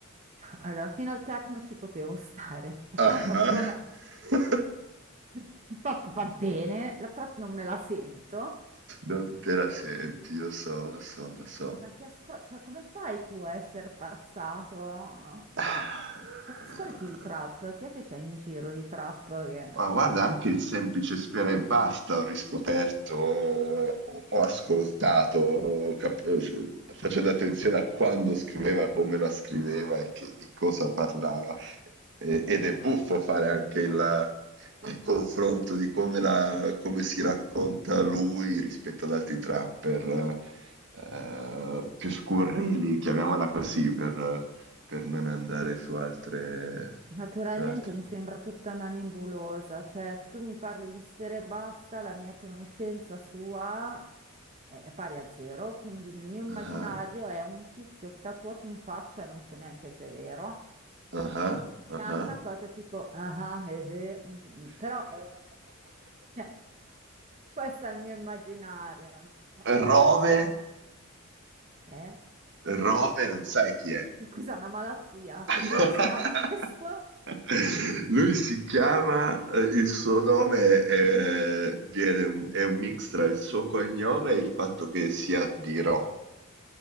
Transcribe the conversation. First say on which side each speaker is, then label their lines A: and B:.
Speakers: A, on the right; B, on the right.
A: allora fino al techno ci potevo stare, la
B: Ah,
A: trap ancora,
B: ah. <laughs>
A: <laughs> il pop va bene, la trap non me la sento,
B: Non te la senti, lo so, lo so, lo so.
A: Ma che ascolti, cioè, come fai tu a essere passato da...
B: Ah.
A: Cosa ascolti di trap? Chi è che c'è in giro di trap? che-
B: Ma guarda,
A: cosa-
B: anche il semplice Sfera e Basta ho riscoperto, ho ho ascoltato, ho cap- eh, facendo attenzione a quando scriveva, come la scriveva e che- di cosa parlava. E- ed è buffo fare anche il, il confronto di come, la- come si racconta lui rispetto ad altri trapper, eh, più scurrili, chiamiamola così, per, per non andare su altre...
A: Naturalmente
B: Su altri...
A: mi sembra tutta una nebulosa, cioè se tu mi parli di sfere e basta, la mia conoscenza sua è, è pari a zero, quindi nel mio immaginario
B: Ah.
A: è un tizio tatuato in faccia e non so neanche se è vero.
B: Ah-ah, ah-ah.
A: Canta cose tipo ah ah, eh, eh", mm, mm, però è, Questo è il mio immaginario, no?
B: <laughs> Rove
A: Eh?
B: Rove non sai chi è.
A: Che Cos'è una malattia?
B: <laughs>
A: Co- Come si chiama questo?
B: Lui si chiama ehm, il suo nome, ehm, viene un è un mix tra il suo cognome e il fatto che sia di Ro.